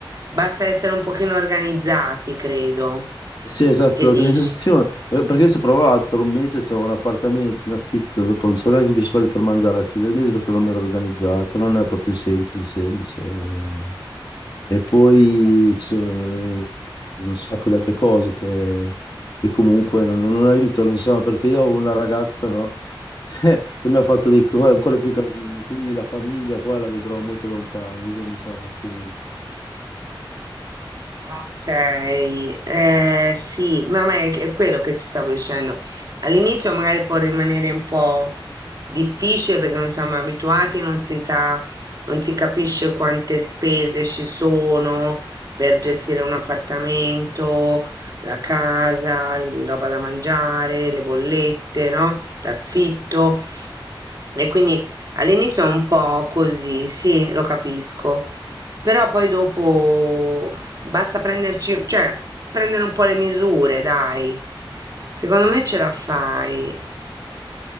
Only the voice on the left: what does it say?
Sì, esatto,
l'organizzazione.
Eh, Perché se ho provato per un mese, stavo in appartamento, in affitto, dopo non so neanche più soldi per mangiare alla fine del mese perché non mi ero organizzato, non è proprio semplice, semplice. Eh, E poi
c'è un sacco di altre cose che, che comunque non, non non aiutano, insomma, perché io ho una ragazza, no? <laughs> Che, mi ha fatto dei co- ancora più casini, quindi la famiglia qua la vedrò molto lontano, io mi sa comunque.